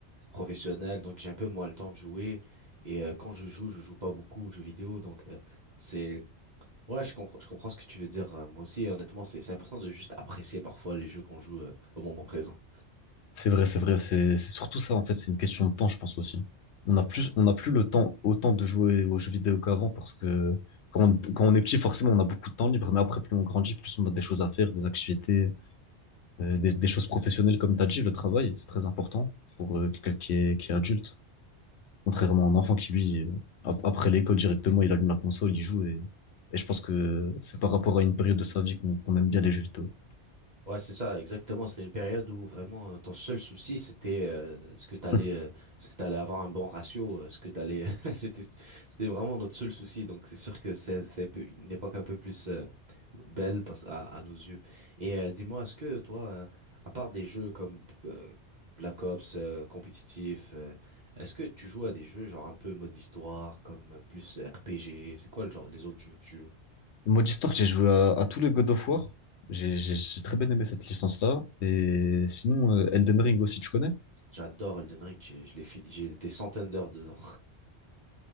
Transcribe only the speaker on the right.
professionnelle, donc j'ai un peu moins le temps de jouer et euh, quand je joue je joue pas beaucoup aux jeux vidéo donc euh, c'est Ouais, je comprends, je comprends ce que tu veux dire. Euh, Moi aussi, honnêtement, c'est c'est important de juste apprécier parfois les jeux qu'on joue euh, au moment présent.
Ouais, c'est ça, exactement. C'était une période où vraiment euh, ton seul souci, c'était euh, ce que t'allais,
euh, ce que t'allais avoir un bon ratio, euh, ce que t'allais, <laughs> c'était, c'était vraiment notre seul souci. Donc c'est sûr que c'est, c'est un peu une époque un peu plus euh, belle parce- à, à nos yeux. Et euh, dis-moi, est-ce que toi, euh, à part des jeux comme euh, Black Ops euh, compétitif, euh, est-ce que tu joues à des jeux genre un peu mode histoire, comme euh, plus RPG? C'est quoi le genre, les autres jeux que tu joues?
J'adore Elden Ring, j'ai, je l'ai fi- j'ai des centaines d'heures dedans.